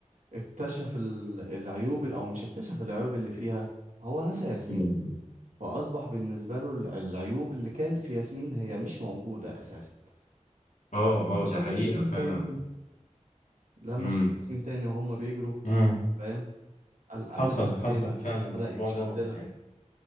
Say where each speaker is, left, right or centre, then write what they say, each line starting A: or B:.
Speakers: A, on the right; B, on the left.
A: اكتشف ال- العيوب أو مش اكتشف العيوب اللي فيها هو نسى ياسمين
B: مم.
A: فأصبح بالنسبة له ال- العيوب اللي كانت في ياسمين هي مش موجودة أساسا فلما
B: اه اه
A: شاف
B: ده حقيقة
A: ياسمين
B: فعلا
A: تاني لما
B: امم
A: شاف ياسمين تاني وهما بيجروا
B: امم
A: فاهم قال الله
B: حصل حصل
A: إيه ده
B: فعلا الموضوع
A: بدأ يتشد
B: دوت
A: لها
B: يعني